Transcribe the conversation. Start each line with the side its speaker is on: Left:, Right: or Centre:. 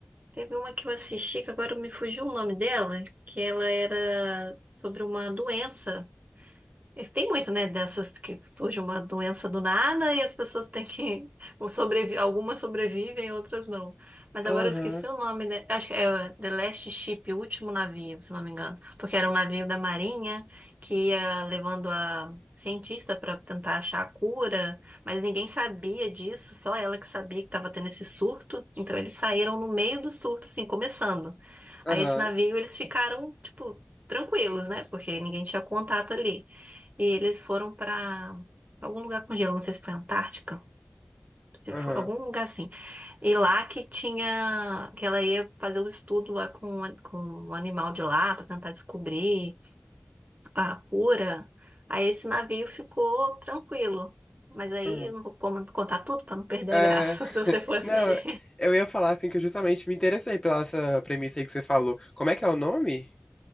Right: teve uma que eu assisti, que agora me fugiu o nome dela, que ela era sobre uma doença. E Tem muito, né, dessas que surge uma doença do nada e as pessoas têm que ou sobrevi... algumas sobrevivem, outras não. Mas agora
Left: Aham,
Right: eu esqueci o nome, né? Acho que é The Last Ship, o último navio, se não me engano, porque era um navio da Marinha que ia levando a cientista para tentar achar a cura, mas ninguém sabia disso, só ela que sabia que estava tendo esse surto. Então eles saíram no meio do surto, assim, começando.
Left: aham,
Right: Aí esse navio eles ficaram, tipo, tranquilos, né? Porque ninguém tinha contato ali. E eles foram pra algum lugar com gelo, não sei se foi Antártica, se
Left: aham,
Right: foi algum lugar assim. E lá que tinha, que ela ia fazer o estudo lá com, o com um animal de lá pra tentar descobrir a cura. Aí esse navio ficou tranquilo. Mas aí
Left: aham.
Right: eu não vou com- contar tudo pra não perder
Left: É,
Right: a graça, <laughs> se você for assistir.
Left: não, eu ia falar, assim, que eu justamente me interessei pela essa premissa aí que você falou. Como é que é o nome?